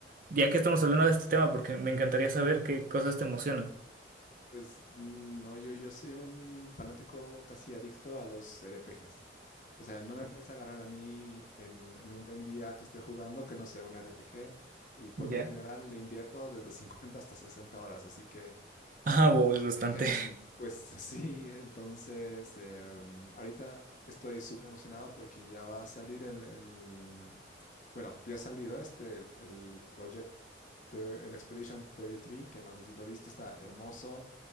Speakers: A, on the right (about 50°); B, on the left (about 45°).
A: ya que estamos hablando de este tema, porque me encantaría saber qué cosas te emocionan.
B: Pues mm, no, yo, yo soy un fanático casi adicto a los RPGs. O sea, no me puedes agarrar a mí en, en un buen día que esté jugando que no sea un RPG. Y por
A: Ya.
B: lo general le invierto desde 50 hasta 60 horas. Así que...
A: Ah, wow, es bastante.
B: Em, pues <laughs> sí, entonces em, ahorita estoy súper emocionado porque ya va a salir el, el- bueno, ya ha salido este, el, el Project, Thir- el Expedition 33, que no sé si lo viste, está hermoso.